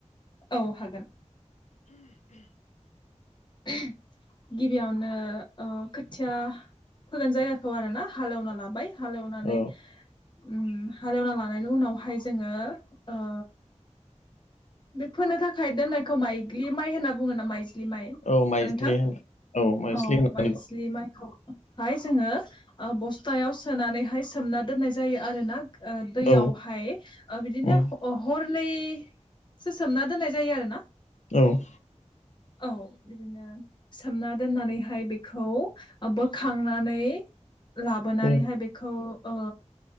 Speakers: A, on the left; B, on the left.
A: औ हागोन। <unintelligible> गिबियावनो ओ खोथिया फोगोन जायगाखौ आरो ना हालेवना लाबाय हाल एवनानै
B: औ
A: उम हालएवना लानायनि उनावहाय जोङो ओ बे फोनो थाखाय दोननायखौ माइग्लि माइ होनना बुङो ना माइज्लि माइ
B: औ माइज्लि
A: मा नोंथां
B: होन माइज्लि
A: औ
B: होननानै
A: माइजलि माइखौहाय जोङो ओ बस्थायाव सोनानैहाय सोमना दोननाय जायो आरो ना ओ दैयावहाय
B: औ
A: ओ बिदिनो
B: उम
A: हरनैसो सोमना दोननाय जायो आरो ना।
B: औ
A: औ बिदिनो सोमना दोननानैहाय बेखौ बोखांनानै लाबोनानैहाय
B: उम
A: बे खौ ओ